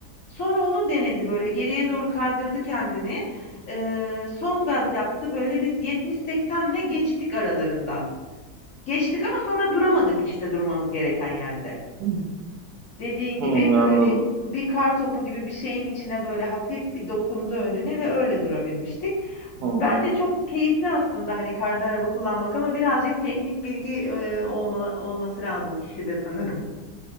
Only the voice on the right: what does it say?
hı
hı.
Hı,
anladım.
Hı hı.